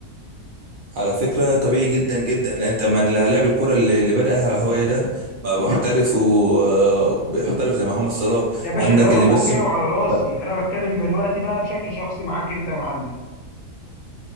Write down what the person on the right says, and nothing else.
على فكره طبيعي جدا جدا لان انت من لاعب الكوره اللي اللي بداها هوايه ده بقى محترف ومحترف زي محمد صلاح
عندك
اللي بيرسم
بقى-